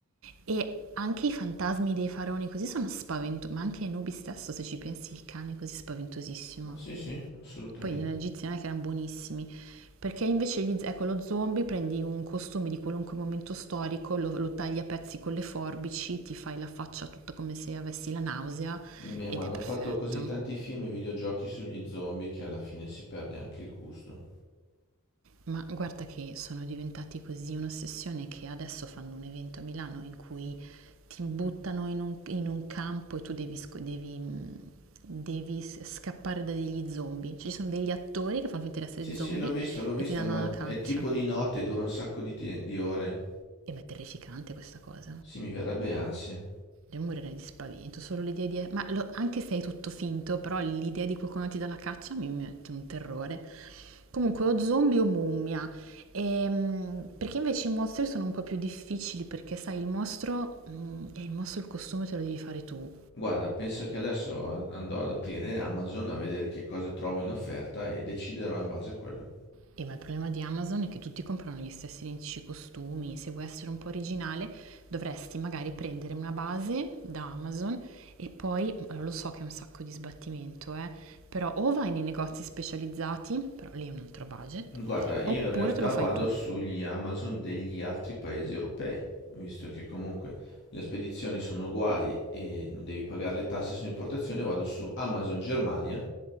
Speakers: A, on the right; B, on the left.
A: e anche i fantasmi dei faraoni così sono spaventosi, ma anche Anubi stesso, se ci pensi, il cane è così spaventosissimo.
B: Ah, Sì, sì, assolutamente.
A: poi nella egiziana che erano buonissimi. Perché invece gli, ecco, lo zombie prendi un costume di qualunque momento storico, lo, lo tagli a pezzi con le forbici, ti fai la faccia tutta come se avessi la nausea
B: Beh,
A: ed
B: ma hanno
A: è perfetto.
B: fatto così tanti film e videogiochi sugli zombie che alla fine si perde anche il gusto.
A: Ma guarda che sono diventati così un'ossessione che adesso fanno un evento a Milano in cui ti buttano in un, in un campo e tu devi, sco- devi, mh, devi s- scappare da degli zombie. Cioè, ci sono degli attori che fanno finta di essere
B: Sì, sì,
A: zombie
B: l'ho visto, l'ho visto,
A: e ti danno
B: ma
A: la caccia.
B: è tipo di notte, dura un sacco di te- di ore.
A: E ma è terrificante questa cosa.
B: Sì, mi verrebbe ansia.
A: Io morirei di spavento, solo l'idea di... Ma lo- anche se è tutto finto, però l'idea di qualcuno ti dà la caccia mi mette un terrore. Comunque, o zombie o mummia. Ehm, perché invece i mostri sono un po' più difficili, perché sai, il mostro, mm, eh, il mostro il costume te lo devi fare tu.
B: Guarda, penso che adesso a- andrò ad aprire Amazon a vedere che cosa trovo in offerta e deciderò in base a quello.
A: Eh, ma il problema di Amazon è che tutti comprano gli stessi identici costumi. Se vuoi essere un po' originale, dovresti magari prendere una base da Amazon e poi, allora, lo so che è un sacco di sbattimento, eh, però o vai nei negozi specializzati, però lì è un altro budget,
B: Guarda, io
A: oppure
B: in realtà
A: te lo fai
B: vado
A: tu.
B: sugli Amazon degli altri paesi europei, visto che comunque le spedizioni sono uguali e non devi pagare le tasse sull'importazione, vado su Amazon Germania